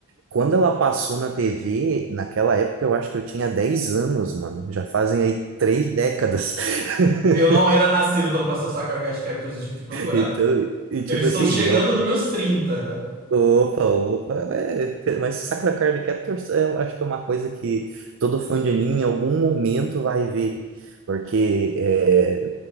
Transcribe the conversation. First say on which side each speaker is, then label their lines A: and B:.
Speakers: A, on the right; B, on the right.
A: Quando ela passou na TV, naquela época eu acho que eu tinha 10 anos, mano. Já fazem aí três décadas. <laughs>
B: eu não era nascido quando passou Sakura Card Captors, eu tive que procurar.
A: Então, e tipo
B: Eu estou
A: assim,
B: chegando
A: é
B: nos meus trinta
A: Opa, opa, é, é, mas Sakura Card Captors é, eu acho que é uma coisa que todo fã de anime em algum momento vai ver, porque é,